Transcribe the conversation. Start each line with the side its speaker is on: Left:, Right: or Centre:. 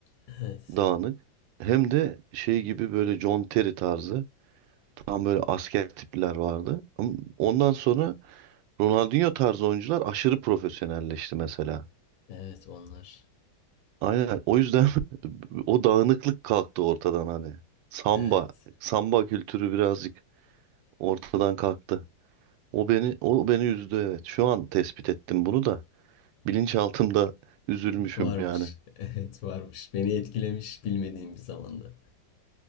Left: Evet.
Right: Dağınık. Hem de şey gibi böyle John Terry tarzı tam böyle asker tipler vardı. Ama ondan sonra Ronaldinho tarzı oyuncular aşırı profesyonelleşti mesela.
Left: Evet onlar.
Right: Aynen o yüzden <laughs> o dağınıklık kalktı ortadan hani. Samba,
Left: Evet.
Right: samba kültürü birazcık ortadan kalktı. O beni o beni üzdü evet. Şu an tespit ettim bunu da. Bilinçaltımda üzülmüşüm
Left: Varmış.
Right: yani.
Left: <laughs> Evet varmış. Beni etkilemiş bilmediğim bir zamanda.